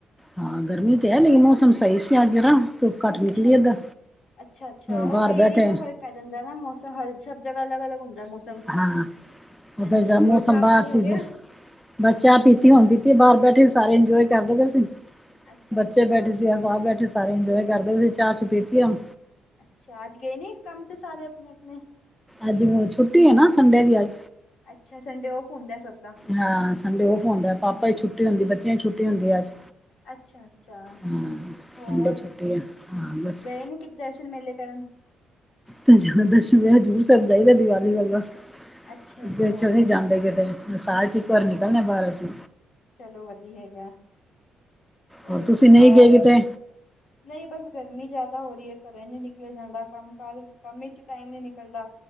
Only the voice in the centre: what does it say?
ਹਾਂ ਗਰਮੀ ਤੇ ਹੈ ਲੇਕਨ ਮੌਸਮ ਸਹੀ ਸੀ ਅੱਜ ਨਾ ਧੁੱਪ ਘੱਟ
ਨਿਕਲੀ ਏਦਾਂ
ਬਾਹਰ
ਬੈਠੇ
ਹਾਂ
ਉਹ ਫਿਰ ਜਰਾ ਮੌਸਮ
ਬਾਹਰ
ਸੀ
ਫਿਰ ਬਸ ਚਾਹ ਪੀਤੀ ਹੋਣ ਦਿੱਤੀ ਬਾਹਰ ਬੈਠੇ ਸਾਰੇ ਇੰਜੋਏ ਕਰਦੇ ਪਏ ਸੀ।
ਬੱਚੇ
ਬੈਠੇ ਸੀ ਬਾਹਰ ਬੈਠੇ ਸਾਰੇ ਇੰਜੋਏ ਕਰਦੇ ਸੀ ਚਾਹ ਚੂ ਪੀਤੀ ਹੁਣ।
ਅੱਜ ਛੁੱਟੀ ਹੈ ਨਾ ਸੰਡੇ ਦੀ ਅੱਜ
ਹਾਂ ਸੰਡੇ ਓਫ ਹੁੰਦਾ ਪਾਪਾ ਛੁੱਟੀ ਹੁੰਦੀ ਬੱਚਿਆਂ ਦੀ ਛੁੱਟੀ ਹੁੰਦੀ ਹੈ ਅੱਜ
ਹਾਂ
ਸੰਡੇ ਛੁੱਟੀ ਆ ਹਾਂ ਬਸ
ਤੇ ਜਦਾ ਦਰਸ਼ਨ ਵਿ ਹਜ਼ੂਰ ਸਾਹਿਬ ਜਾਦਾ ਦੀਵਾਲੀ ਵੱਲ ਬਸ
ਤੇ ਚਲੇ ਜਾਂਦੇ ਕਿਤੇ ਮਸਾਜ ਇੱਕ ਵਰ ਨਿਕਲਣੇ ਬਾਰਾਂ ਸੌ
ਹੋਰ
ਤੁਸੀਂ
ਨਹੀਂ
ਗਏ ਕਿਤੇ